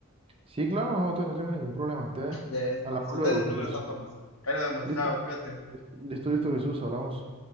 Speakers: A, on the right (about 25°); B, on the left (about 80°).
A: Sí, claro, no, te- no tengo ningún problema. Te
B: Ya está.
A: hablamos
B: Si
A: luego,
B: ustedes mi número
A: Jesús.
B: de todas formas. Ahí nos vemos.
A: Listo,
B: Chao, cuídate.
A: listo, listo, listo, Jesús, hablamos.